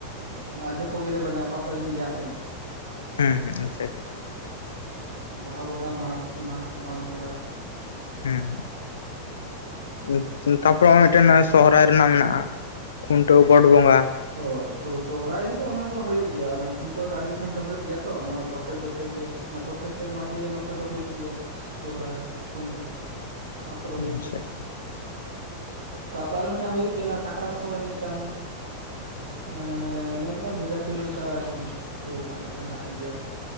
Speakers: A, on the right; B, on the left.
A: ᱚᱱᱟ ᱟᱡᱚᱜ ᱠᱚᱜᱮᱞᱮ ᱵᱮᱱᱟ ᱚᱠᱟ ᱠᱚᱹᱧ ᱞᱟᱹᱭᱟᱜ ᱢᱮᱭᱟ ᱟᱨᱠᱤ ᱾
B: ᱦᱩᱸ ᱦᱩᱸ <unintelligible>
A: <inaudible> ᱵᱟᱦᱟ ᱵᱚᱸᱜᱟ ᱢᱟᱜᱽ ᱢᱟᱜᱽ ᱢᱟᱜᱽ ᱵᱚᱸᱜᱟ ᱾
B: ᱦᱩᱸ,
A: ᱚᱱᱟ
B: <inaudible> ᱛᱟᱯᱚᱨᱮ ᱚᱱᱮ ᱢᱤᱫᱴᱮᱱ ᱥᱚᱦᱚᱨᱟᱭ ᱨᱮᱱᱟᱜ ᱢᱮᱱᱟᱜᱼᱟ ᱠᱷᱩᱱᱴᱟᱹᱣ ᱜᱚᱸᱰ ᱵᱚᱸᱜᱟ ᱾
A: ᱚ ᱥᱩ ᱥᱚᱦᱨᱟᱭ ᱨᱮᱫᱚ ᱚᱱᱟ ᱫᱚ ᱦᱳᱭᱳᱜ ᱜᱮᱭᱟ ᱚᱱᱟ ᱠᱷᱩᱱᱴᱟᱹᱣ ᱰᱟᱝᱨᱤ ᱠᱷᱩᱱᱴᱟᱹᱣ ᱦᱚᱭᱚᱜ ᱜᱮᱭᱟ ᱛᱚ ᱚᱱᱟ ᱯᱨᱚᱛᱮᱠ ᱵᱚᱪᱷᱚᱨ ᱜᱮ ᱾ ᱚᱱᱮ ᱯᱨᱚᱛᱮᱠ ᱥᱮᱨᱢᱟ‌ ᱜᱮ ᱱᱚᱛᱮ ᱫᱚ ᱾ ᱦᱩᱭᱩᱜ ᱜᱮᱭᱟ ᱥᱚᱦᱚᱨᱟᱭ ᱠᱷᱩᱱᱴᱟᱹᱣ ᱚᱱᱟ ᱠᱚᱫᱚ ᱦᱩᱭᱩᱜ
B: ᱟᱪᱪᱷᱟ
A: ᱜᱮᱭᱟ ᱾
B: ᱟᱪᱪᱷᱟ
A: ᱛᱟᱯᱚᱨᱮ ᱟᱨ ᱢᱤᱫᱴᱟᱝ ᱦᱩᱭᱩᱜ ᱜᱮᱭᱟ ᱚᱱᱟ ᱥᱟᱠᱨᱟᱛ ᱥᱚᱢᱚᱭ ᱢᱤᱫᱴᱟᱝ ᱾ <inaudible> ᱢᱟᱱᱮ ᱚᱱᱟ ᱢᱤᱫᱴᱟᱱ ᱵᱷᱮᱡᱟ ᱛᱩᱧ ᱞᱮᱠᱟ ᱟᱨᱠᱤ ᱟᱛᱳ‌ ᱨᱮᱱᱟᱜ ᱢᱤᱫᱴᱟᱱ ᱛᱟᱦᱮᱱ ᱜᱮᱭᱟ ᱾